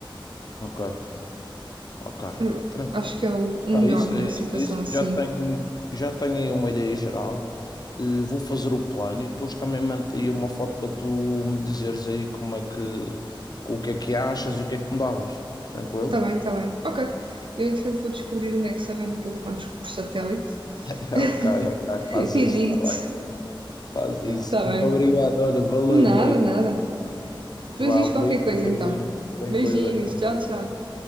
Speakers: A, on the left (about 50°); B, on the right (about 70°).
A: ok, ok.
B: Hum,
A: Tranquilo.
B: acho que é o, o melhor
A: É isso,
B: numa
A: é
B: situação
A: isso, é isso.
B: assim.
A: Já tenho, já tenho aí uma ideia geral. Eh, vou fazer o plano e depois também mando aí uma foto para tu me dizeres aí como é que, o que é que achas e o que é que mudavas. Tranquilo?
B: Tá bem, tá bem. Ok. Eu, entretanto, vou descobrir onde é que se arranja telefones por satélite.
A: <laughs>
B: <laughs>
A: Ok, ok, faz
B: E digo-te.
A: isso, tá bem, faz isso.
B: Tá
A: Muito
B: bem.
A: obrigado, olha, valeu
B: Nada,
A: mesmo.
B: nada. Depois
A: Vá,
B: diz
A: um
B: qualquer
A: beijinho,
B: coisa
A: Carolina.
B: então.
A: Tranquilo,
B: Beijinhos,
A: até
B: tchau,
A: já.
B: tchau.